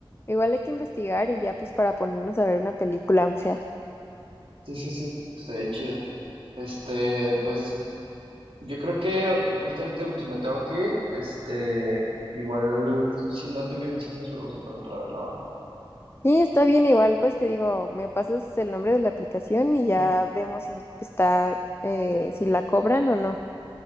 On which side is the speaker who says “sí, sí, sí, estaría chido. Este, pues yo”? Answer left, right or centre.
Right